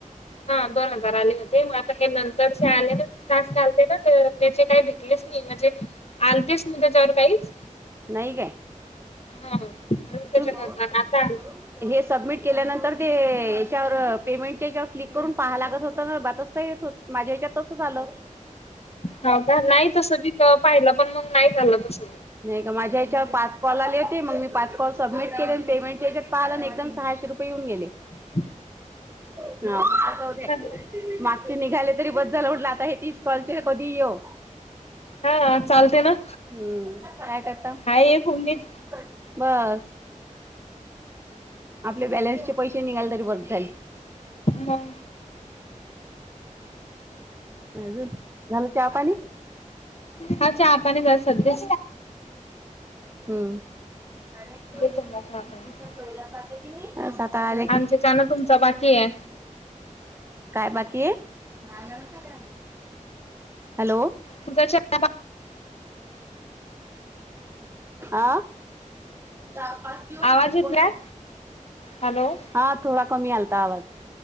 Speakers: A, on the left (about 50°); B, on the right (about 20°).
A: हा दोन हजार आले होते मग आता हे नंतर जे आले ना ते तास घालते ना त्याचे काय भिकले. म्हणजे आलतेच म त्याच्यावर काहीच.
B: नाही काय.
A: हा त्याच्या
B: तुम्ही
A: करता आता.
B: हे सबमिट केल्यानंतर ते याच्यावर पेमेंटच्याच्यावर क्लिक करून पाहा लागत होत ना बातचता येत होत. माझ्या याच्यात तसं झालं.
A: हो का नाही तस बी पाहिलं पण मग नाही झालं तस.
B: नाही का माझ्या ह्याच्यावर पाच कॉल आले होते मग मी पाच कॉल सबमिट केले पेमेंट याच्यात पाहिलं एकदम सहाशे. किती रुपये येऊ गेले.
A: <inaudible>
B: ह म <unintelligible>
A: बी.
B: निघाले तरी बस झालं म्हटलं आता हे तीस कॉलचे कधी येऊ.
A: हा हा चालते ना.
B: हम्म काय करता
A: हाय एक उमेद
B: <inaudible> बस. आपले बॅलेन्सचे पैसे निघाले तरी बरं झाल.
A: मग
B: अजून झालं चहा पाणी.
A: हा चहा पाणी घर सध्या.
B: हम्म. ंदीला
A: झाला चहा पाणी
B: पाहिजे कीता आले
A: आमच्या
B: की
A: चहा ना तुमचा बाकी आहे
B: काय बाकी ये <inaudible> हॅलो.
A: तुझ <unintelligible>
B: आ. चार पाच दिवस
A: आवाज
B: लिप
A: येत
B: बंद
A: नाही
B: हाय.
A: हॅलो.
B: हा थोडा कमी आलता आवाज.